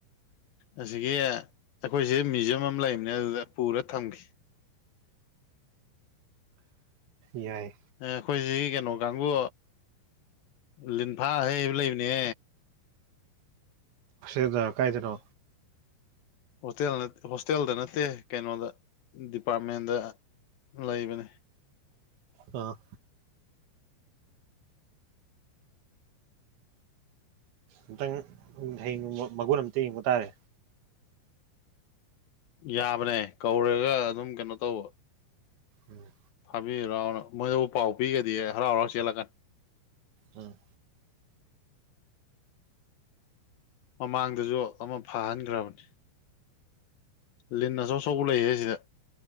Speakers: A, on the left; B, on the right.
A: ꯑꯁꯤꯒꯤ ꯑꯩꯈꯣꯏꯁ ꯃ꯭ꯌꯨꯖꯌꯝ ꯑꯃ ꯂꯩꯕꯅꯦ ꯑꯗꯨꯗ ꯄꯨꯔ ꯊꯝꯈꯤ
B: ꯌꯥꯏ
A: ꯑꯩꯈꯣꯏꯁꯤ ꯀꯩꯅꯣ ꯀꯥꯡꯕꯨ ꯂꯤꯟꯐꯥ ꯍꯩꯕ ꯂꯩꯕꯅꯦ
B: ꯦꯗ ꯀꯥꯏꯗꯅ
A: ꯍꯣꯁꯇꯦꯜ ꯍꯣꯁꯇꯦꯜꯗ ꯅꯠꯇꯦ ꯀꯩꯅꯣꯗ ꯗꯤꯄꯥꯔꯠꯃꯦꯟꯗ ꯂꯩꯕꯅꯦ
B: ꯑ ꯑꯨꯇꯪ ꯍꯕ ꯃꯒꯨꯟ ꯑꯃꯝꯇ ꯌꯦꯡꯕ ꯇꯥꯔꯦ
A: ꯌꯥꯕꯅꯦ ꯀꯧꯔꯒ ꯑꯗꯨꯝ ꯀꯩꯅꯣ ꯇꯧꯕ
B: ꯎꯝ
A: ꯊꯥꯕꯤꯔꯑꯣ ꯃꯣꯏꯗꯕꯨ ꯄꯥꯎ ꯄꯤꯒꯗꯤ ꯍꯔꯥꯎ ꯍꯔꯥꯎ ꯆꯦꯜꯂꯀꯅꯤ
B: ꯎꯝ
A: ꯃꯃꯥꯡꯗꯁꯨ ꯑꯃ ꯐꯍꯟꯈ꯭ꯔꯕꯅꯤ ꯂꯤꯟꯅꯁꯨꯧꯆꯧꯕ ꯂꯩꯍꯦ ꯁꯤꯗ